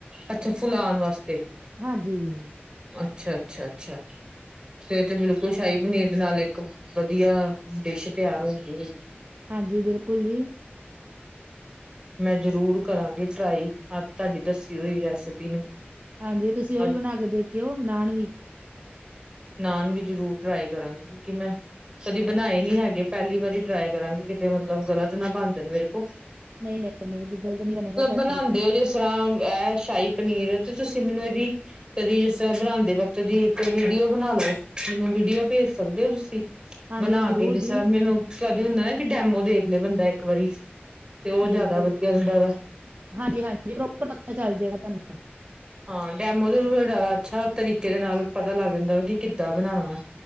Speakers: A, on the right; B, on the right.
A: ਅੱਛਾ ਫੁਲਾਣ ਵਾਸਤੇ।
B: ਹਾਂਜੀ,
A: ਅੱਛਾ, ਅੱਛਾ, ਅੱਛਾ। ਫ਼ਿਰ ਤੇ ਬਿਲਕੁਲ ਸ਼ਾਹੀ ਪਨੀਰ ਦੇ ਨਾਲ ਇੱਕ ਵਧੀਆ ਡਿਸ਼ ਤਿਆਰ ਹੋ ਗਈ ਹੋਏਗੀ।
B: ਹਾਂਜੀ, ਬਿਲਕੁਲ ਜੀ।
A: ਮੈਂ ਜ਼ਰੂਰ ਕਰਾਂਗੀ ਟਰਾਈ ਆ ਤਾਡੀ ਦੱਸੀ ਹੋਈ ਰੈਸਪੀ ਨੂੰ।
B: ਹਾਂਜੀ, ਤੁਸੀਂ ਓ
A: ਅੱਜ
B: ਵੀ ਬਣਾ ਕੇ ਦੇਖਿਓ, ਨਾਨ ਵੀ।
A: ਨਾਨ ਵੀ ਜ਼ਰੂਰ ਟਰਾਈ ਕਰਾਂਗੀ। ਕਿਉਂਕਿ ਮੈਂ ਕਦੀ ਬਣਾਏ ਨੀਂ ਹੈਗੇ, ਪੈਲੀ ਵਾਰੀ ਟਰਾਈ ਕਰਾਂਗੀ ਕਿਤੇ ਮਤਲਬ ਗ਼ਲਤ ਨਾ ਬਣ ਜਾਣ ਮੇਰੇ ਕੋ।
B: ਨਈਂ ਨਈਂ, ਦੂ ਗਲਤ ਨੀਂ ਬਣੇਗਾ ਤਾਡੇ
A: ਬਣਾਉਂਦੇ
B: ਕੋ।
A: ਹੋ ਜਿਸ ਤਰ੍ਹਾਂ ਏ ਸ਼ਾਹੀ ਪਨੀਰ ਤੇ ਤੁਸੀਂ ਮੈਨੂੰ ਇਦੀ ਕਦੀ ਜਿਸ ਤਰ੍ਹਾਂ ਬਣਾਂਦੇ ਵਕਤ ਦੀ ਇੱਕ ਵੀਡੀ ਵੀਡੀਓ ਬਣਾ ਲੋ। ਮੈਨੂੰ ਵੀਡੀਓ ਭੇਜ ਸਕਦੇ ਓ ਤੁਸੀਂ।
B: ਹਾਂਜੀ
A: ਬਣਾ
B: ਜ਼ਰੂਰ
A: ਕੇ ਜਿਸ
B: ਜੀ,
A: ਤਰ੍ਹਾਂ ਮੈਨੂੰ ਕਦੇ ਹੁੰਦਾ ਨਾ ਕਿ ਡੈਮੋ ਦੇਖ ਲੇ ਬੰਦਾ ਇੱਕ ਵਾਰੀ। ਤੇ ਉਹ ਜ਼ਿਆਦਾ
B: ਬਿਲਕੁਲ।
A: ਵਧੀਆ ਰਹਿੰਦਾ ਵਾ
B: ਹਾਂਜੀ ਹਾਂਜੀ, ਪ੍ਰੋਪਰ ਪਤਾ ਚੱਲ ਜੇਗਾ ਤਾਨੂੰ।
A: ਹਾਂ, ਡੈਮੋ ਤੋਂ ਜ਼ਿਆਦਾ ਅੱਛਾ ਤਰੀਕੇ ਦੇ ਨਾਲ ਪਤਾ ਲੱਗ ਜਾਂਦਾ ਵਾ ਕਿ ਕਿੱਦਾਂ ਬਣਾਣਾ ਵੈਂ।